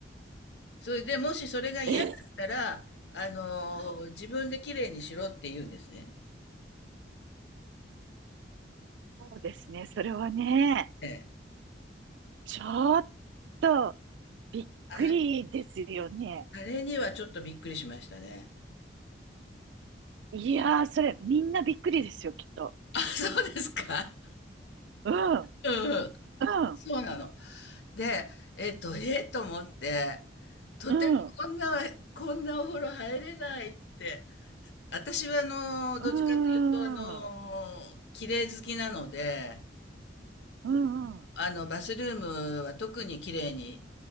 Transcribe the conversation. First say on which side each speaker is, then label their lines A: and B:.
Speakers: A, on the left; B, on the right.
A: それで、もしそれが嫌だったら、
B: え
A: あの、
B: あー
A: 自分で綺麗にしろって言うんですね。
B: そうですね。それはね、
A: ええ。
B: ちょっとびっくりですよね。
A: あ、あれにはちょっとびっくりしましたね。
B: いやー、それみんなびっくりですよ、きっと。
A: あ、そうですか。
B: うん、
A: うんうん。
B: うん、
A: そうなの。で、えっと、えっと思って、とてもこんな、
B: うん、
A: こんなお風呂入れないって。私は、あの、
B: うん、
A: どっちかというと、あの、綺麗好きなので、
B: うん、うん。
A: あの、バスルームは特に綺麗に